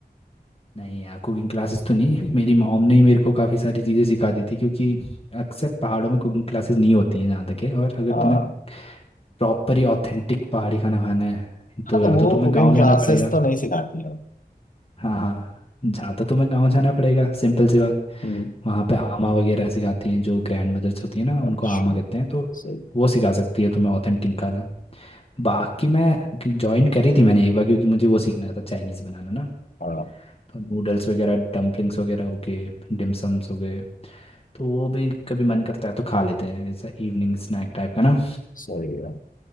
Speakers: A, on the left; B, on the left.
A: नहीं यार कुकिंग क्लासेस तो नहीं मेरी मॉम ने ही मेरे को काफ़ी सारी चीज़ें सिखा दी थी क्योंकि अक्सर पहाड़ों में कुकिंग क्लासेस नहीं होती हैं जहाँ तक है और अगर
B: हाँ
A: तुम्हें प्रॉपर ही ऑथेंटिक पहाड़ी खाना खाना है तो
B: हाँ तो
A: या
B: वो
A: तो तुम्हें
B: कुकिंग
A: गांव
B: क्लासेस
A: जाना पड़ेगा
B: तो नहीं सिखाती है
A: हाँ हाँ जहाँ तो तुम्हें गांव जाना पड़ेगा सिंपल सी बात
B: हम्म
A: वहाँ पे आमा वगैरह सिखाती हैं जो ग्रैंड मदर्स होती है ना उनको
B: अच्छा
A: आमा कहते हैं तो
B: सही
A: वो सिखा सकती है तुम्हें ऑथेंटिक खाना बाकी मैं ज्वाइन करी थी मैंने एक बार क्योंकि मुझे वो सीखना था चाइनीज़ बनाना ना
B: हाँ
A: तो नूडल्स वगैरह डम्पलिंग्स वगैरह हो गए डिमसम्स हो गए तो वो भी कभी मन करता है तो खा लेते हैं ऐसा इवनिंग स्नैक टाइप का ना
B: सही है